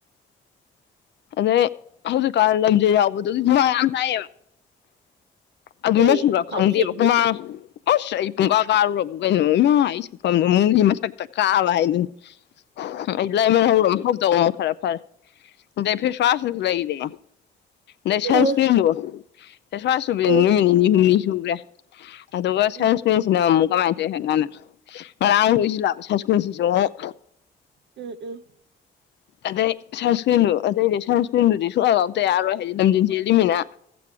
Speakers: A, on the left; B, on the right.
A: ꯑꯗꯩ ꯍꯧꯖꯤꯛꯀꯥꯟ ꯂꯝꯁꯦ ꯌꯥꯎꯕꯗꯨꯒꯤ ꯃ ꯌꯥꯝ ꯇꯥꯏꯌꯦꯕ ꯑꯗꯨꯅ
B: ꯍꯣꯏꯌꯦ
A: ꯁꯨꯔ
B: ꯀꯥ
A: ꯈꯪꯗꯦꯕ
B: ꯊꯦꯡꯅꯤ
A: ꯀꯨꯃꯥꯡ ꯑꯁ ꯑꯩ ꯄꯨꯡꯀꯥ ꯀꯥꯔꯨꯔꯕ ꯀꯩꯅꯣ ꯏꯃꯥ ꯑꯩ ꯁꯛꯐꯝꯗꯣ ꯃꯨꯡꯒꯤ ꯃꯊꯛꯇ ꯀꯥꯕ ꯍꯥꯏꯗꯨꯅꯤ ꯑꯩ ꯂꯥꯏꯃ ꯍꯧꯔ ꯍꯧꯗꯧꯕ ꯑꯃ ꯈꯔ ꯐꯔꯦ ꯗ ꯐꯤ ꯁꯁꯅꯁꯨ ꯂꯩꯗ ꯅꯁꯝꯁꯀꯤꯂꯣ
B: ꯑ
A: ꯑꯦ ꯁꯥꯁꯨꯕꯦꯟꯅꯤꯃꯤꯅꯤ
B: ꯑ
A: ꯍꯨꯝꯅꯤ ꯭ꯔꯦ ꯑꯗꯨꯒ
B: ꯎꯝ
A: ꯁꯟꯁꯀ꯭ꯔꯤꯟꯁꯤꯅ ꯑꯃꯨꯛ ꯀꯃꯥꯏꯅ ꯇꯧꯔꯤ ꯍꯥꯏ ꯀꯅ ꯉꯔꯥꯡ ꯅꯣꯏꯁꯤꯜꯂꯑꯕ ꯁꯪꯁꯀ꯭ꯔꯤꯟꯁꯤꯁꯨꯨꯛ
B: ꯎꯝ ꯎꯝ
A: ꯑꯗꯦ ꯁꯟꯁꯀ꯭ꯔꯤꯟꯗꯨ ꯑꯇꯩꯗꯤ ꯁꯟꯁꯀ꯭ꯔꯤꯟꯗꯨꯗꯤ ꯁꯨꯡꯍ ꯂꯥꯎꯇ ꯌꯥꯔꯣꯏ ꯍꯥꯏꯗꯤ ꯂꯝꯖꯦꯟ ꯆꯦꯜꯂꯤꯃꯤꯅ